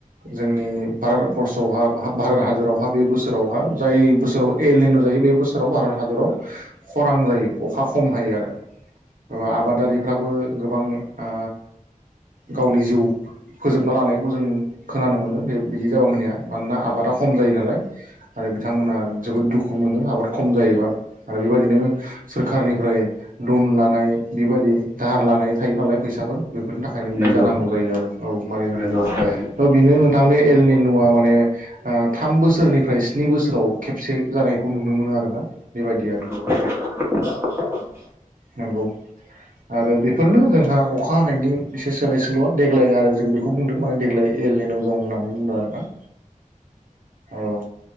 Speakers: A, on the right; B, on the right.
A: जोंनि भारतबर्सआवहा भारत हादरावहा बे बोसोरावहा जाय बोसोराव एलेनु जायो बे बोसोराव भारत हादराव खरां जायो अखा खम हायो आरो माबा आबादारिफ्राबो गोबां आ गावनि जिउ फोजोबना लानाय खौ जों खोनानो मोनो बे बिदि जाबा मानिया मानोना आबादा खम जायोना नालाय आरो बिथांमोना जोबोद दुखु मोनो आबाद खम जायोबा आरो बेबादिनो सोरखारनिफ्राय लन लानाय बेबादि दाहार थायोनालाय फैसाफोर बेफोरनि थाखायनो बिदि
B: नंगौ
A: जानांगौ जायो आरो औ मारिनो
B: नंगौ
A: हायियाव
B: थारैनो
A: बेनो नोंथां बे एलनि न'आ माने आ थाम बोसोरनिफ्राय स्नि बोसोराव खेबसे जानायखौ नुनो मोनो आरो ना बेबायदि आरो
B: <unintelligible>
A: नंगौ आरो बेफोरनो जोंहा अखा हानायनि एसे सोलाय सोल'आ देग्लाय आरो जों बे खौ बुंदों माने देग्लाय एल एन अ दं होननानै बुंदों आरोना औ